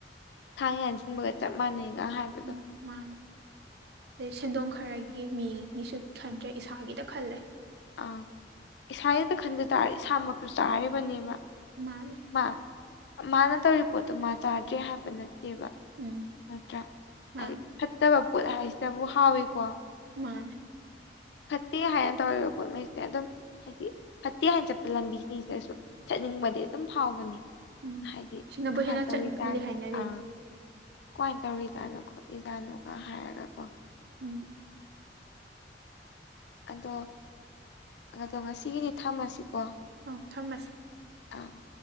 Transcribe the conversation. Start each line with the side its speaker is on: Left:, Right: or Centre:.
Left: ꯊꯥꯡ ꯌꯥꯟꯁꯤꯟꯕꯒ ꯆꯞ ꯃꯥꯟꯅꯩꯒ ꯍꯥꯏꯕ
Right: ꯎꯝ ꯃꯥꯅꯦ ꯑꯗꯩ ꯁꯦꯟꯗꯣꯡ ꯈꯔꯒꯤ ꯃꯤꯒꯤꯁꯨ ꯈꯟꯗ꯭ꯔꯦ ꯏꯁꯥꯒꯤꯗ ꯈꯜꯂꯦ
Left: ꯑ ꯏꯁꯥ ꯍꯇ ꯈꯟꯖ ꯇꯥꯔꯦ ꯏꯁꯥꯃꯛꯁꯨ ꯆꯥꯔꯤꯕꯅꯦꯕ
Right: ꯃꯥꯅꯦ
Left: ꯃꯥ ꯃꯥꯅ ꯇꯧꯔꯤ ꯄꯣꯠꯇꯣ ꯃꯥ ꯆꯥꯗ꯭ꯔꯦ ꯍꯥꯏꯕ ꯅꯠꯇꯦꯕ
Right: ꯎꯝ
Left: ꯅꯠꯇ꯭ꯔꯥ
Right: ꯃꯥꯅꯦ
Left: ꯍꯥꯏ ꯐꯠꯇꯕ ꯄꯣꯠ ꯍꯥꯏꯁꯤꯗꯕꯨ ꯍꯥꯎꯏꯀꯣ
Right: ꯃꯥꯅꯦ
Left: ꯐꯠꯇꯦ ꯍꯥꯏꯅ ꯇꯧꯔꯤꯕ ꯄꯣꯠꯉꯩꯁꯦ ꯑꯗꯨꯝ ꯍꯥꯏꯗꯤ ꯐꯠꯇꯦ ꯍꯥꯏꯅ ꯆꯠꯄ ꯂꯝꯕꯤꯁꯤꯡꯁꯤꯗꯁꯨ ꯆꯠꯅꯤꯡꯕꯗꯤ ꯑꯗꯨꯝ ꯐꯥꯎꯕꯅꯤ
Right: ꯎꯝ
Left: ꯍꯥꯏꯗꯤ
Right: ꯁꯤꯅꯕꯨ
Left: ꯀꯃꯥꯏꯅ
Right: ꯍꯦꯟꯅ
Left: ꯇꯧꯔꯤꯖꯥꯠꯅꯣ
Right: ꯆꯠꯅꯤꯡꯍꯜꯂꯤ ꯍꯥꯏꯅꯔꯤꯅꯦ
Left: ꯑꯥ ꯀꯃꯥꯏꯅ ꯇꯧꯔꯤꯖꯥꯠꯅꯣ ꯈꯣꯠꯂꯤꯖꯥꯠꯅꯣꯒ ꯍꯥꯏꯔꯒ ꯀꯣ
Right: ꯎꯝ
Left: ꯑꯗꯣ ꯑꯗꯣ ꯉꯁꯤꯒꯤꯗꯤ ꯊꯝꯃꯁꯤꯀꯣ
Right: ꯑꯧ ꯊꯝꯃꯁꯤ
Left: ꯑꯥ